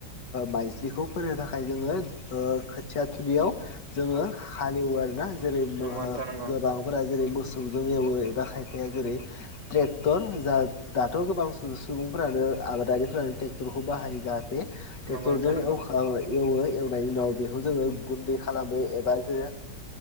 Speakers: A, on the left (about 75°); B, on the right (about 45°).
A: माइज्लिखौ फोनो थाखाय ओ जोङो खोथिया थुलियाव जोङो हालेवो आरोना जेरै
B: नंगौ नोंथां नंगौ
A: गोबांफोरा जेरै मोसौ जों एवो एबा खायफाया जेरै ट्रेक्टर दाथ गोबां सम सुबुंफ्रानो आबादारिफ्रानो ट्रेक्टरखौ बाहायो। जाहाथे बे ट्रेक्टरजों
B: नंगौ नोंथां नंगौ
A: एवो नायनि उनाव बेखौ जोङो गुन्दै खालामो एबा जों